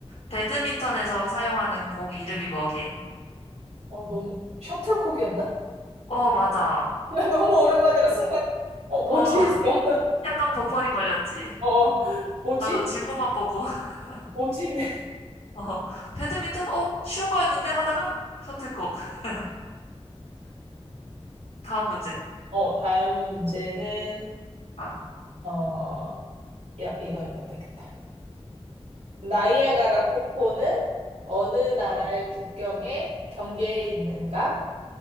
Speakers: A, on the left (about 80°); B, on the right (about 80°).
A: 배드민턴에서 사용하는 공 이름이 뭐게?
B: 어, 너무, 셔틀콕이었나? <laughs>
A: 어, 맞아.
B: 나 너무 오랜만이라
A: 그래도
B: 순간, 어, 뭐지
A: 어, <laughs>
B: 했어. <laughs>
A: 약간 버퍼링 걸렸지.
B: 어, 뭐지?
A: 나도 질문만 보고, <laughs>
B: 뭐지? <laughs> 네.
A: 어, 배드민턴? 어, 쉬운 거였는데? 하다가 셔틀콕. <laughs> 다음 문제.
B: 어, 다음 문제는,
A: 아,
B: 어, 야, 이거 해봐도 되겠다. 나이아가라 폭포는 어느 나라의
A: 어.
B: 국경에 경계에 있는가?